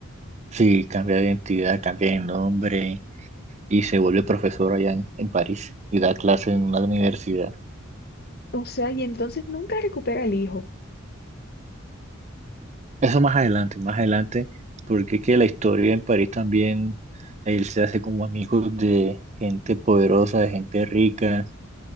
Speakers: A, on the right (about 35°); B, on the left (about 50°).
A: Sí, cambia de identidad, cambia de nombre y se vuelve profesor allá en, en París y da clases en una universidad.
B: O sea, y entonces nunca recupera al hijo.
A: Eso más adelante, más adelante, porque es que la historia en París también, él se hace como amigos de gente poderosa, de gente rica,